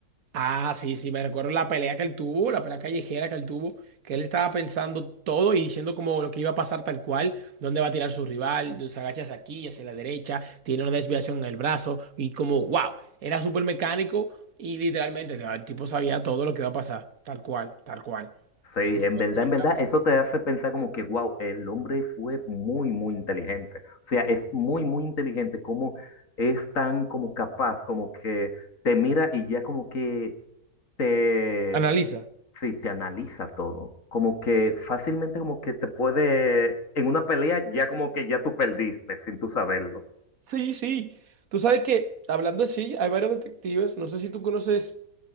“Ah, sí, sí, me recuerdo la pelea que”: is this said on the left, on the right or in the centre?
Right